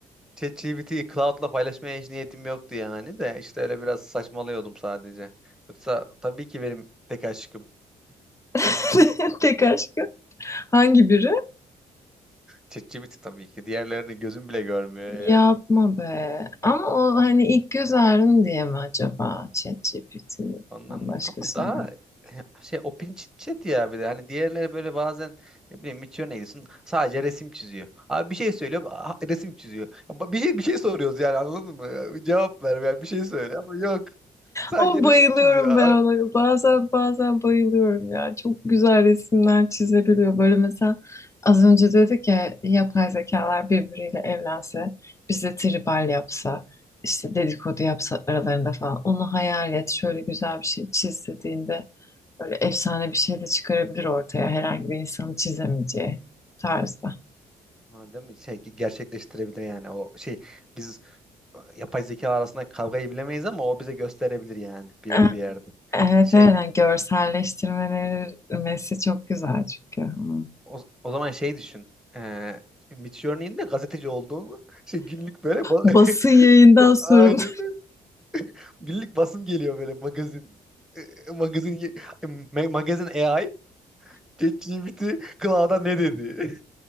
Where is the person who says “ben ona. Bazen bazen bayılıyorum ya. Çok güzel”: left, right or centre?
Left